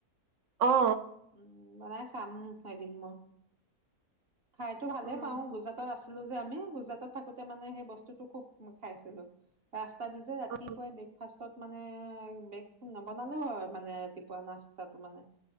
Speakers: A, on the right; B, on the right.
A: অ
B: উম। বনাই চাম এদিন মই। খাইতো ভালে
A: উম
B: পাও গুজৰাটত আছে। আলু যে আমি গুজৰাটত থাকোতে মানে সেই বস্তুটো খুব খাইছিলো ৰাস্ত। পাদু যে ৰাতিপুৱাই
A: অ
B: ব্ৰেকফাষ্টত। মানে বেকটো নবনালেও হয় মানে ৰাতিপুৱা নাস্তাটো মানে ৰাত।